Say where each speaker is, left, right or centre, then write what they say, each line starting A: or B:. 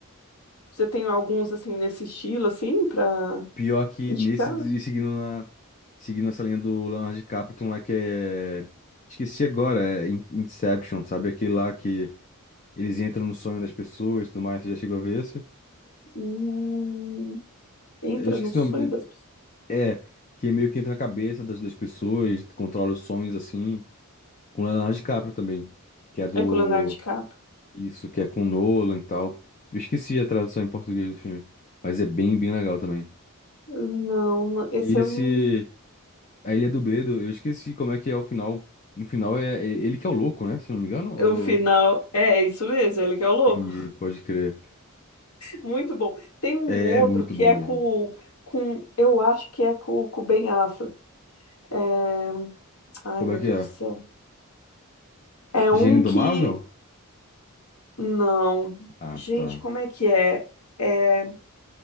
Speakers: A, on the left; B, on the left.
A: Você tem alguns assim nesse estilo, assim, pra
B: Pior que
A: indicar?
B: nesse, e seguindo na, seguindo essa linha do Leonardo DiCaprio, tem um lá que é, esqueci agora, é In- Inception, sabe? Aquele lá que eles entram no sonho das pessoas e tudo mais, você já chegou a ver esse?
A: Hum, Entra
B: Eu esqueci
A: no sonho
B: o nome dele.
A: das pessoas.
B: É, que meio que entra na cabeça das, das pessoas, controla os sonhos, assim, com Leonardo DiCaprio também, que é do,
A: É com o Leonardo DiCaprio.
B: isso, que é com Nolan e tal. Eu esqueci a tradução em português do filme, mas é bem, bem legal também.
A: Não, esse
B: E esse...
A: é um,
B: A Ilha do Bedo, eu esqueci como é que é o final. No final é, é ele que é o louco, né? Se eu não me engano.
A: é
B: Ou...
A: um final. É isso mesmo, ele que é o louco.
B: Entendi, pode crer.
A: Muito bom. Tem um
B: É,
A: outro
B: é muito
A: que
B: bom
A: é
B: mesmo.
A: com, com eu acho que é com, com o Ben Affleck. É, Ai,
B: Como
A: meu
B: é que
A: Deus
B: é?
A: do céu. É
B: Gênio
A: um
B: Indomável?
A: que. Não.
B: Ah,
A: Gente,
B: tá.
A: como é que é? É,